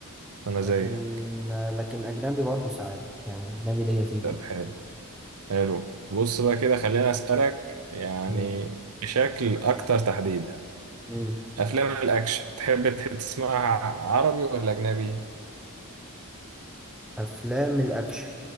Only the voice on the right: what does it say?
أنا زيك
طب حلو حلو بص بقى كده خليني أسألك يعني
بشكل أكتر تحديدا
أفلام الأكشن تحب تسمعها عربي ولا أجنبي؟